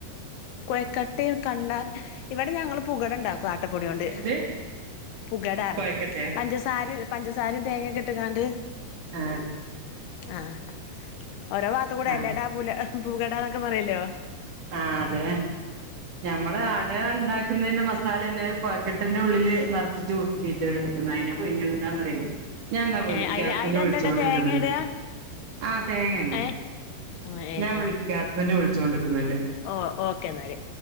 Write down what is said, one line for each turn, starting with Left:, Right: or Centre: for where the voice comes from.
Left: കൊഴക്കട്ടയും കണ്ടാല ഇവിടെ ഞങ്ങള് പുകടണ്ടാക്കും ആട്ടപ്പൊടിയോണ്ട്
Right: എന്ത്
Left: പുകടാറിയും
Right: കൊഴക്കട്ടയോ
Left: പഞ്ചസാരയും പഞ്ചസാരയും തേങ്ങക്കെട്ട്ക്കാണ്ട്
Right: ആഹ്
Left: ആഹ് ഓരോ ഭാഗത്തുകൂടെ
Right: ആ
Left: എലെടാ, പൂല പൂകടാന്നൊക്കെ പറയൊല്ലോ?
Right: ആഹ് അതെ ഞമ്മള് ആ -- അടെയുണ്ടാക്കുന്നതിന്റെ മസാലന്നെ ആണ് കൊഴക്കെട്ടിന്റുള്ളില് നെറച്ചിട്ട് ഇരുട്ടീട്ടെടുക്കുന്നയിനും പുഴുങ്ങലുണ്ടാന്നറിയല് ഞാന്നാ വിളിക്കാ
Left: ഏഹ് അയില്
Right: ഹസ്ബൻഡ്
Left: അയിലെന്താടാ
Right: വിളിച്ചോണ്ടിരിക്കുന്നുണ്ട്
Left: തേങ്ങ ഇടാ
Right: ആ തേങ്ങയന്നെ
Left: ഏഹ് ഏഹ്
Right: ഞാൻ
Left: ഏഹ്
Right: വിളിക്ക ഹസ്ബൻഡ് വിളിച്ചോണ്ട്ക്കുന്നുണ്ട്
Left: ഓ ഓക്കെന്നാല്